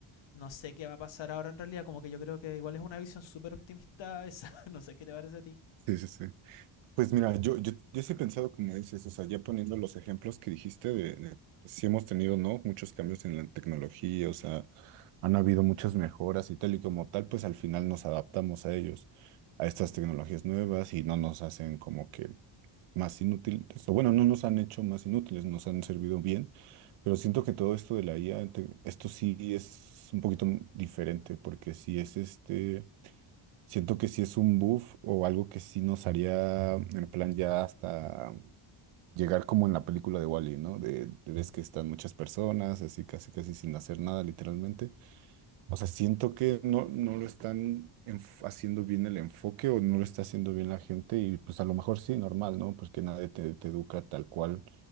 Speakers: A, on the left; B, on the right.
A: no sé qué va a pasar ahora en realidad. Como que yo creo que igual es una visión súper optimista esa, <laughs> no sé qué te parece a ti.
B: sí, sí, sí. Pues mira, yo, yo, yo sí he pensado como dices, o sea, ya poniendo los ejemplos que dijiste de, de si hemos tenido, ¿no? Muchos cambios en la tecnología, o sea, han habido muchas mejoras y tal y como tal, pues al final nos adaptamos a ellos, a estas tecnologías nuevas y no nos hacen como que más inútiles, o bueno, no nos han hecho más inútiles, nos han servido bien, pero siento que todo esto de la IA, te- esto sí es un poquito m- diferente, porque sí es este, siento que sí es un buff o algo que sí nos haría en plan ya hasta llegar como en la película de Wall-E, ¿no? De, de ves que están muchas personas, así casi casi sin hacer nada, literalmente o sea, siento que no, no lo están enf- haciendo bien el enfoque o no lo está haciendo bien la gente y pues a lo mejor sí, normal, ¿no? Porque nadie te, te educa tal cual